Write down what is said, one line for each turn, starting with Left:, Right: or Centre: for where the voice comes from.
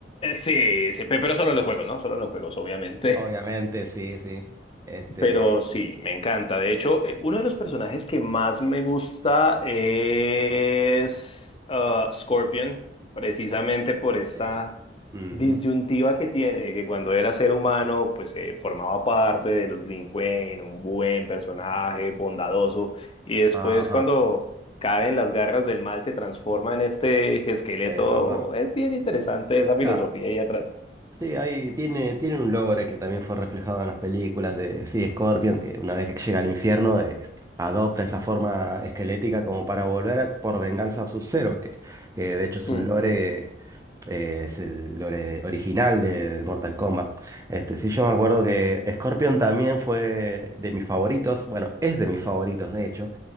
Left: Sí, sí, pe- pero solo en los juegos, ¿no? Solo en los juegos, obviamente.
Right: <laughs> Obviamente, sí, sí. Este.
Left: Pero sí, me encanta. De hecho, eh, uno de los personajes que más me gusta es ah, Scorpion, precisamente por esta
Right: sí. Ujú.
Left: disyuntiva que tiene, que cuando era ser humano, pues eh, formaba parte de los Lin Kuei, un buen personaje, bondadoso, y después
Right: Ajá.
Left: cuando cae en las garras del mal, se transforma en este esqueleto.
Right: Es verdad.
Left: Es bien interesante esa filosofía
Right: ya
Left: ahí atrás.
Right: Sí, ahí tiene, tiene un logro que también fue reflejado en las películas de, sí, Scorpion, que una vez que llega al infierno eh, adopta esa forma esquelética como para volver a- por venganza a Sub-Zero, que, que de hecho es
Left: Ujú,
Right: un lore, eh, es el lore original de- del Mortal Kombat. Este, sí, yo me acuerdo que Scorpion también fue de mis favoritos, bueno, es de mis favoritos de hecho,